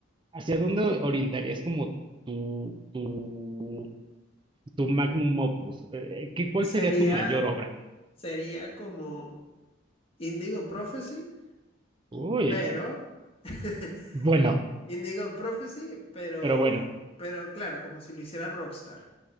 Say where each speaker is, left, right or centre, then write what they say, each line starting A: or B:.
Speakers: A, on the right (about 25°); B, on the left (about 30°).
A: hacia dónde orientarías como tu, tu tu magnum opus, eh, ¿qué, cuál
B: Sería,
A: sería tu mayor obra?
B: sería como Indigo Prophecy,
A: Uy,
B: pero <laughs>
A: bueno,
B: Indigo Prophecy, pero,
A: pero bueno.
B: pero claro, como si lo hiciera Rockstar.